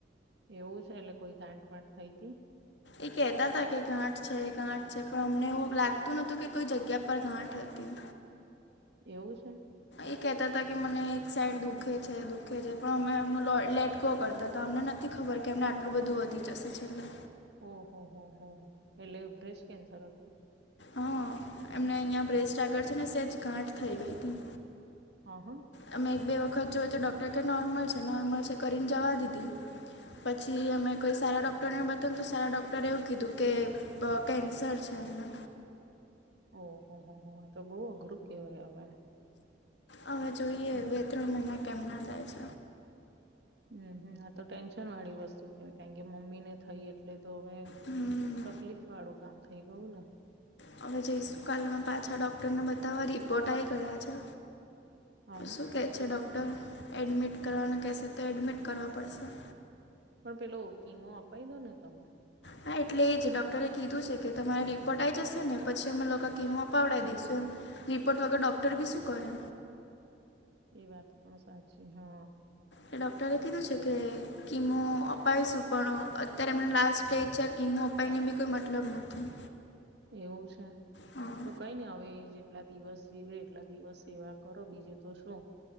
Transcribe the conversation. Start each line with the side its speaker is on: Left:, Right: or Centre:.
Right: એવું છે એટલે કોઈ ગાંઠ વાંઠ થઈતી?
Left: એ કેતાતા કે ગાંઠ છે ગાંઠ છે પણ અમને એવું લાગતું નતું કે કોઈ જગ્યા પર ગાંઠ હતી.
Right: એવું છે?
Left: એ કેતાતા કે મને એક સાઈડ દુખે છે, દુખે છે પણ અમે એમનો લો લેટ ગો કરતાતા તો અમને નથી ખબર કે અમને આટલું બધું વધી જશે છેલ્લે.
Right: ઓહ હો હો હો એટલે બ્રેસ્ટ કેન્સર હતું?
Left: હઅ એમને અહિયાં બ્રેસ્ટ આગળ છે ને સહેજ ગાંઠ થઈ ગઈતી.
Right: અ હ
Left: અમે એક બે વખત જોય તો ડોક્ટર ક નોર્મલ છે. નોર્મલ છે કરીને જવા દીધી. પછી અમે કોઈ સારા ડૉક્ટરને બતાવયુ ન તો સારા ડૉક્ટરે એવું કીધું કે અ કેન્સર છે એમને.
Right: ઓહ હો હો હો આ તો બહુ અઘરું કેવાય હવે.
Left: હવે જોઈએ
Right: હમ
Left: બે-ત્રણ મહિના કેમ ના જાય છ.
Right: હમ્મ, હમ્મ, આ તો ટેન્શનવાળી વસ્તુ કેહવાય કારણ કે મમ્મીને થઈ એટલે એ તો હવે
Left: હમ
Right: તકલીફવાળું કામ થઈ ગયુંન.
Left: હવે જઈશું કાલેમાં પાછા ડોક્ટરને બતાવવા રિપોર્ટ આવી ગયા છે.
Right: હા હા
Left: શું કહે છે ડૉક્ટર. એડમિટ કરવાના કહેશે તો એડમિટ કરવા પડશે.
Right: પણ પેલો કિમો અપાઈ દો ને તમે.
Left: હા એટલે એ જ ડોક્ટરે કીધું છે કે તમારે રિપોર્ટ આવી જશે ને પછી અમે લોકો કીમો અપાવડાઈ દઈશું એમ. રિપોર્ટ વગર ડૉક્ટર બી શું કરે?
Right: એ વાત પણ સાચી. હ અ.
Left: એટલે ડોક્ટરે કીધું છે કે કિમો અપાવીશું પણ અત્યારે એમને લાસ્ટ સ્ટેજ છે કીમો અપાઈને બી કોઈ મતલબ નથી.
Right: એવું છે.
Left: હા
Right: તો કઈ ને હવે જેટલા દિવસ જીવે એટલા દિવસ સેવા કરો બીજે તો શું.